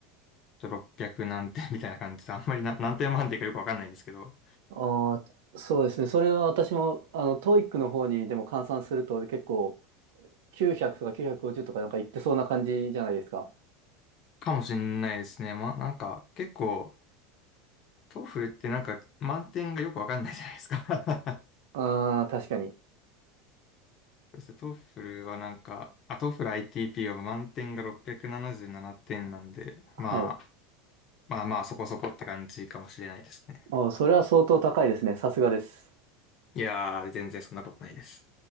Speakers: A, on the left; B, on the right.
A: ちょっと600何点みたいな感じで、あんまりな何点満点かよくわかんないんですけど、
B: ああ、そうですね。それは私も、あの、トイックの方にでも換算すると結構900とか950とかなんかいってそうな感じじゃないですか。
A: かもしんないですね。まあなんか、結構、TOEFL ってなんか、満点がよくわかんないじゃないですか。
B: ああ、確かに。
A: <laughs> そして TOEFL はなんか、あ、TOEFL ITP は満点が677点ななじゅうななてんなんで、
B: はい。
A: まあ、まあまあそこそこって感じかもしれないですね。
B: あーそれは相当高いですね。さすがです。
A: いやー、全然そんなことないです。